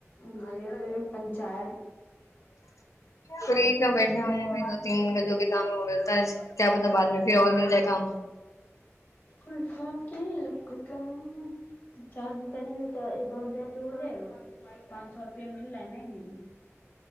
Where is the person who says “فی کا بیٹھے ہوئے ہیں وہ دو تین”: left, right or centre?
Left